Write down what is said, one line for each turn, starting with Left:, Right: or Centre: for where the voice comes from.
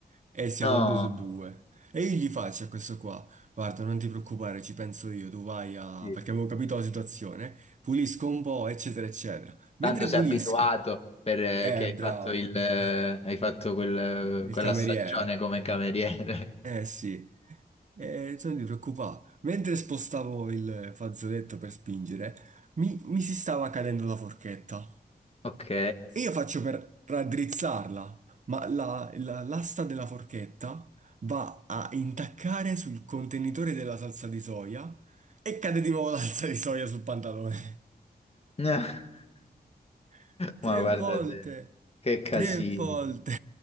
Right: e siamo
Left: No.
Right: a due su due. E io gli faccio a questo qua, guarda, non ti preoccupare, ci penso io, tu vai a...
Left: Sì.
Right: perché avevo capito la situazione, pulisco un po', eccetera, eccetera. Mentre
Left: Tanto sei
Right: pulisco,
Left: abituato perché
Right: eh,
Left: hai
Right: bravo,
Left: fatto il, eh, hai fatto quel-
Right: <laughs> il
Left: quella
Right: cameriere.
Left: stagione come cameriere. <laughs>
Right: Eh sì, eh, sono di preoccupato. Mentre spostavo il fazzoletto per spingere, mi, mi si stava cadendo la forchetta.
Left: Ok.
Right: E io faccio per raddrizzarla, ma la- la- l'asta della forchetta va a intaccare sul contenitore della salsa di soia e cade di nuovo la salsa di soia sul pantalone.
Left: <laughs>
Right: <laughs>
Left: Ma
Right: Tre
Left: guarda
Right: volte!
Left: te, che casini,
Right: Tre volte!